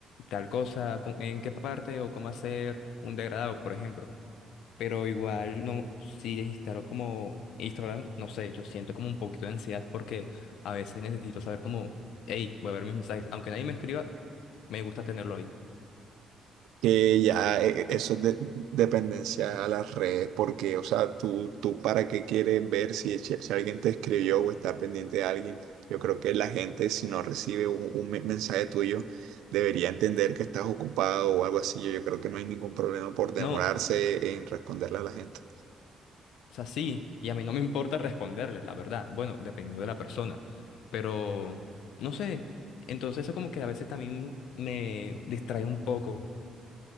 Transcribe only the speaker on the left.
tal cosa, co- en qué parte o cómo hacer un degradado, por ejemplo. Pero igual no, si instalo como Instagram, no sé, yo siento como un poquito de ansiedad porque a veces necesito saber como, hey, voy a ver mis mensajes, aunque nadie me escriba, me gusta tenerlo ahí.
No,
O sea, sí, y a mí no me importa responderles, la verdad. Bueno, dependiendo de la persona. Pero, no sé. Entonces eso como que a veces también me distrae un poco.